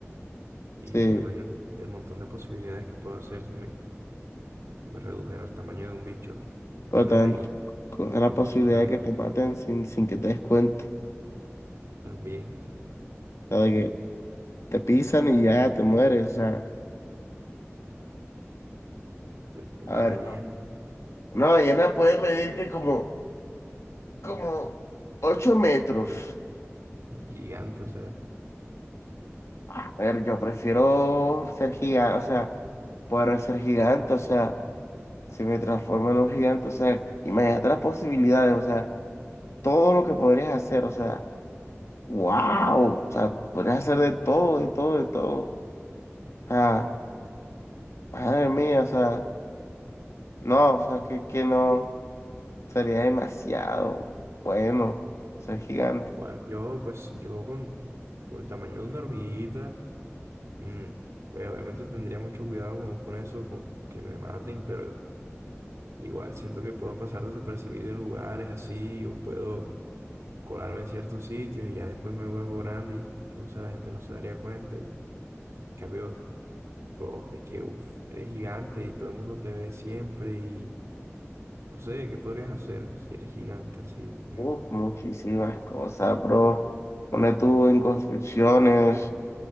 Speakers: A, on the right; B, on the left.
A: y
B: Sí,
A: me imagino el montón de posibilidades que puedo hacer si me, me redujera al tamaño de un bicho. de
B: pero
A: Una
B: también
A: ballena,
B: con la
A: que
B: posibilidad
A: requiriendo
B: de que te maten sin, sin que te des cuenta.
A: también,
B: O sea, de que te pisan y ya te mueres. O sea,
A: pero es una
B: a ver,
A: ballena
B: una ballena puede medir que como, como 8 metros.
A: gigante, o sea,
B: A ver, yo prefiero ser gigante, o sea, poder ser gigante, o sea, si me transformo en un gigante, o sea, imagínate las posibilidades, o sea, todo lo que podrías hacer, o sea, wow, o sea, podrías hacer de todo, de todo, de todo. O sea, madre mía, o sea, no, o sea, que, que no. Sería demasiado bueno ser gigante.
A: igual yo, pues yo con, con el tamaño de una hormiguita, mm, pues obviamente tendría mucho cuidado con, con eso, con que me maten, pero Igual siento que puedo pasar desapercibido en lugares así, o puedo colarme en ciertos sitios y ya después me vuelvo grande y no sé, la gente no se daría cuenta. Y en cambio, bro, es que uf, eres gigante y todo el mundo te ve siempre y no sé, ¿qué podrías hacer si eres gigante así? Mm.
B: Uf, muchísimas cosas, bro. Pone tú en construcciones,